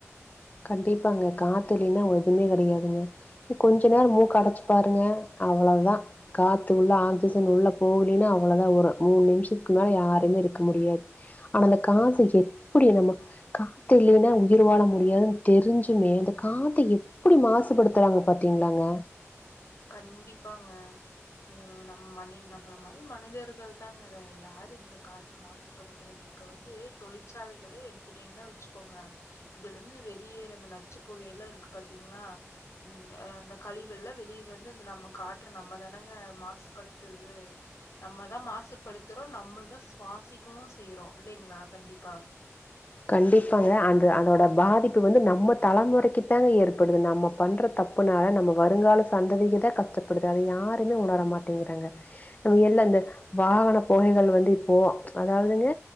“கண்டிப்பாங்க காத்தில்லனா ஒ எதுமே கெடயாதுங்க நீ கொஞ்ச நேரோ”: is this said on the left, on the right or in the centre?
Left